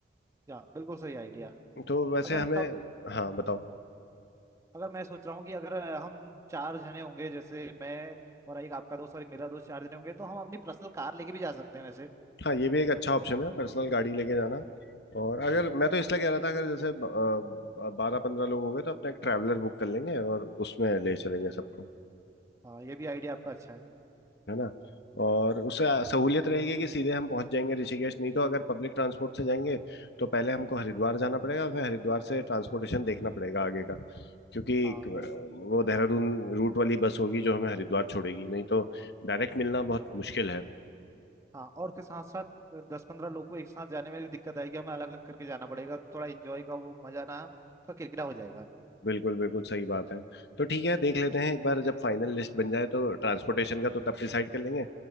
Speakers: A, on the right (about 15°); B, on the left (about 70°).
A: या बिल्कुल सही आइडिया
B: तो वैसे
A: अगर
B: हमें
A: कब
B: हाँ बताओ
A: अगर मैं सोच रहा हूँ कि अगर हम चार जने होंगे जैसे मैं और एक आपका दोस्त और एक मेरा दोस्त चार जने होंगे तो हम अपनी पर्सनल कार लेके भी जा सकते हैं वैसे
B: हाँ ये भी एक अच्छा ऑप्शन है पर्सनल गाड़ी लेके जाना और अगर मैं तो इसलिए कह रहा था अगर जैसे बारह पंद्रह लोग हो गए तो अपना एक ट्रैवलर बुक कर लेंगे और उसमें ले चलेंगे सबको
A: हाँ ये भी आइडिया आपका अच्छा है
B: है ना और उससे आ- सहूलियत रहेगी कि सीधे हम पहुंच जाएंगे ऋषिकेश नहीं तो अगर पब्लिक ट्रांसपोर्ट से जाएंगे तो पहले हमको हरिद्वार जाना पड़ेगा फिर हरिद्वार से ट्रांसपोर्टेशन देखना पड़ेगा आगे का क्योंकि
A: हाँ
B: एक, अ,
A: बिल्कुल
B: वो देहरादून रूट वाली बस होगी जो हमें हरिद्वार छोड़ेगी नहीं तो डायरेक्ट मिलना बहुत मुश्किल है
A: हाँ और उसके साथ साथ दस पंद्रह लोग को एक साथ जाने में भी दिक्कत आएगी हमें अलग अलग करके जाना पड़ेगा तो थोड़ा एंजॉय का वो मजा ना थोड़ा किरकिरा हो जाएगा
B: बिल्कुल बिल्कुल सही बात है तो ठीक है देख लेते हैं एक बार जब फाइनल लिस्ट बन जाए तो ट्रांसपोर्टेशन का तो तब डिसाइड कर लेंगे